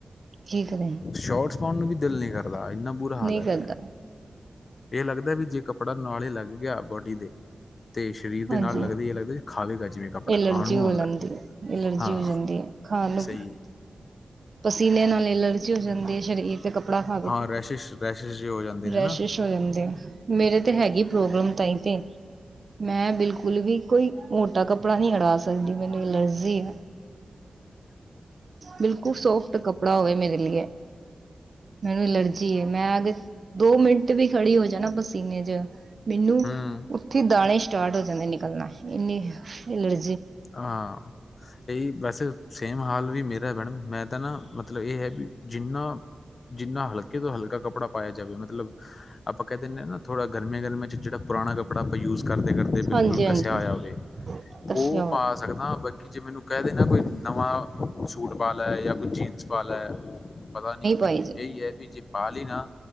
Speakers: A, on the right; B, on the left.
A: ਕੀ ਕਰੇ
B: ਸ਼ੋਟਸ ਪਾਉਣ ਨੂੰ ਵੀ ਦਿਲ ਨਹੀ ਕਰਦਾ ਇੰਨਾ ਬੁਰਾ ਹਾਲ
A: ਨਹੀਂ ਕਰਦਾ
B: ਪਿਆ। ਇਹ ਲੱਗਦਾ ਵੀ ਜੇ ਕੱਪੜਾ ਨਾਲ ਹੀ ਲੱਗ ਗਿਆ। ਬੋਡੀ ਦੇ ਤੇ ਸਰੀਰ ਦੇ
A: ਹਾਂਜੀ
B: ਨਾਲ ਲੱਗਦੇ ਇਹ ਲੱਗਦੇ ਖਾਵੇਗਾ ਜਿਵੇਂ ਕੱਪੜਾ
A: ਐਲਰਜੀ
B: ਖਾਣ ਨੂੰ ਆਉਂਦਾ।
A: ਐਲਰਜੀ
B: ਹਾਂ
A: ਹੋ ਜਾਂਦੀ। ਖਾ ਨੂੰ
B: ਸਹੀ ਹੈ
A: ਪਸੀਨੇ ਨਾਲ ਐਲਰਜੀ ਹੋ ਜਾਂਦੀ ਹੈ ਸਰੀਰ। ਤੇ ਕੱਪੜਾ ਖਾ ਦੇ
B: ਹਾਂ
A: ਕੇ
B: ਰੈਸ਼ਿਸ਼ ਰੈਸ਼ਿਸ਼ ਜੇ ਹੋ ਜਾਂਦੇ ਨੇ
A: ਡਰੈਸ਼ਸ਼
B: ਨਾ
A: ਹੋ ਜਾਂਦੇ ਆ। ਮੇਰੇ ਤੇ ਹੈਗੀ ਪ੍ਰੋਬਲਮ ਤਾਈ ਤੇ। ਮੈਂ ਬਿਲਕੁਲ ਵੀ ਕੋਈ ਮੋਟਾ ਕੱਪੜਾ ਨਹੀਂ ਅੜਾ ਸਕਦੀ ਮੈਨੂੰ ਐਲਰਜੀ ਹੈ।
B: ਹ <unintelligible>
A: ਬਿਲਕੁਲ ਸੋਫਟ ਕੱਪੜਾ ਹੋਵੇ ਮੇਰੇ ਲਿਏ। ਮੈਨੂੰ ਐਲਰਜੀ ਮੈਂ ਦੋ ਮਿੰਟ ਵੀ ਖੜੀ ਹੋ ਜਾਣਾ ਪਸੀਨੇ ਚ ਮੈਨੂੰ
B: ਹੂੰ
A: ਉੱਥੇ ਦਾਣੇ ਸਟਾਰਟ ਹੋ ਜਾਂਦੇ ਨਿਕਲਣਾ ਇੰਨੀ ਅਲਰ
B: ਹਾਂ, ਇਹ ਬਸ ਸੇਮ ਹਾਲ ਵੀ ਮੇਰਾ ਮੈਡਮ ਮੈਂ ਤਾਂ ਨਾ ਮਤਲਬ ਇਹ ਹੈ ਵੀ ਜਿੰਨਾ ਜਿੰਨਾ ਹਲਕੇ ਤੋਂ ਹਲਕਾ ਕੱਪੜਾ ਪਾਇਆ ਜਾਵੇ ਮਤਲਬ ਆਪਾਂ ਕਹਿ ਦਿੰਦੇ ਹਾਂ ਨਾ ਥੋੜ੍ਹਾ ਗਰਮੀਆਂ ਗਰਮੀਆਂ ਚ ਜਿਹੜਾ ਪੁਰਾਣਾ ਕੱਪੜਾ ਆਪਾਂ ਯੂਜ ਕਰਦੇ ਕਰਦੇ ਬਿਲਕੁਲ
A: ਹਾਂਜੀ
B: ਕੱਸਿਆ
A: ਹਾਂਜੀ
B: ਹੋਇਆ ਹੋਵੇ,
A: ਦੱਸਿਆ
B: ਉਹ
A: ਹੋਇਆ
B: ਪਾ ਸਕਦਾ ਬਾਕੀ ਜੇ ਮੈਨੂੰ ਕਹਿ ਦੇਣਾ ਕੋਈ ਨਵਾਂ ਸੂਟ ਪਾਲਾ ਹੈ ਜਾਂ ਕੁਛ ਜੀਨਸ ਪਾਾਲਾ ਹੈ ਉਹ ਪਤਾ ਨਹੀਂ
A: ਪਾਈ ਜ
B: ਇਹੀ ਹੈ ਵੀ ਜੇ ਪੇ ਨਾ,